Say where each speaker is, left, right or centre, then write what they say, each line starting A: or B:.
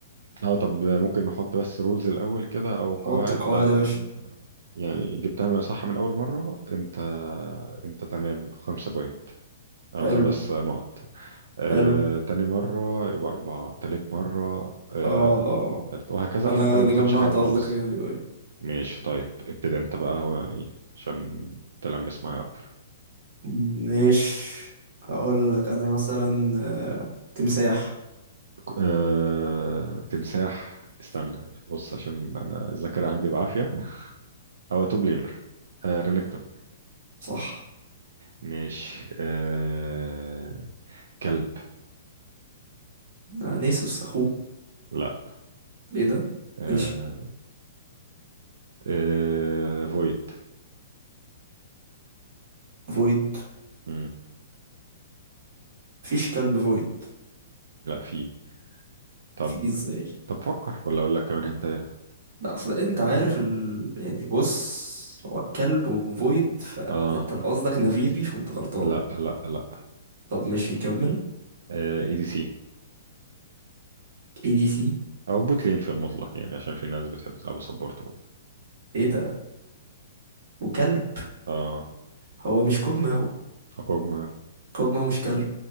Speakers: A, on the right; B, on the right.
A: اه طب ممكن نحط بس رولز الاول كده او قواعد
B: حط القواعد
A: آه،
B: يا باشا
A: يعني جبتها بقى صح من أول مرة أنت أنت تمام خمسة بوينت أو
B: حلو
A: خمس نقط آه...
B: حلو
A: تاني مرة يبقى أربعة تالت مرة
B: اه
A: آه...
B: اه آه.
A: تالت وهكذا
B: انا
A: لحد ما تاخدش
B: جمعت
A: حاجة خالص
B: قصدك ايه ايوه أيوة.
A: ماشي طيب ابتدي أنت بقى هو إيه عشان تلمس معايا أكتر
B: مش هقول لك انا مثلا آه، تمساح
A: آه... تمساح استنى بص عشان أنا الذاكرة عندي بعافية هو توب لينر آه... رينكتون
B: صح
A: ماشي آه... كلب
B: آه، نيسوس اخوه
A: لا
B: ايه ده
A: آه...
B: ماشي
A: آه... فويد
B: فويد
A: امم
B: مفيش كلب فويد
A: لا في طب
B: في ازاي
A: طب فكر ولا اقول لك كمان انت
B: لا اصل انت عارف ال... يعني بص هو كلب وفويد فانت
A: اه
B: لو قصدك نافيري فانت غلطان
A: لا لا لا
B: طب ماشي كمل
A: اي دي سي
B: اي دي سي
A: او بوت لين في المطلق يعني عشان في ناس بتحب تلعب سبورت برضه
B: ايه ده وكلب
A: اه
B: هو مش كوجماو
A: اكوجما
B: كوجماو مش كلب